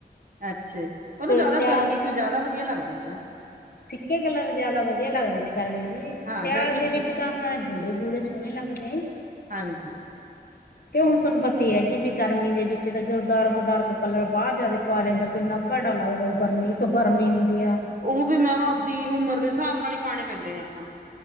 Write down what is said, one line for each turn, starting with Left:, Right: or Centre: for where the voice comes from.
Right: ਅੱਛਾ ਜੀ, ਪਰ
Left: ਤੇ
Right: ਊ ਜਾਦਾ
Left: ਸਿਆ
Right: ਗਰਮੀ ਚ ਜਾਦਾ ਵਧੀਆ ਲੱਗਦੇ ਨਾ।
Left: ਫਿੱਕੇ ਕਲਰ ਜਾਦਾ ਵਧੀਆ ਲੱਗਦੇ ਨੇ ਗਰਮੀ ਜੀ।
Right: ਹਾਂ
Left: ਸਿਆਲ
Right: ਗਰਮੀ
Left: ਦੇ
Right: ਚ ਫਿੱਕੇ
Left: ਵਿੱਚ ਤਾਂ ਹਾਂ ਗੂੜੇ ਗੂੜੇ ਸੋਣੇ ਲੱਗਦੇ।
Right: ਹਾਂਜੀ।
Left: ਤੇ ਹੁਣ ਸੁਣ ਪਤੀ ਐ ਜੀ ਵੀ ਗਰਮੀ ਦੇ ਵਿੱਚ ਤਾਂ ਜਦੋਂ ਡਾਰਕ-ਡਾਰਕ ਕਲਰ ਬਾਰ ਜਾਵੇ ਪਾ ਲੈਂਦਾ ਕਿੰਨਾ ਪੈੜਾ ਲੱਗਦਾ ਉ ਗਰਮੀ ਇੱਕ ਗਰਮੀ ਹੁੰਦੀ ਆ।
Right: ਉਹ ਵੀ ਮੈਮ ਆਪਦੀ ਉਮਰ ਦੇ ਸਾਬ ਨਾਲ ਹੀ ਪਾਣੇ ਪੈਂਦੇ ਨੇ ਆਪਾਂ ਨੂੰ।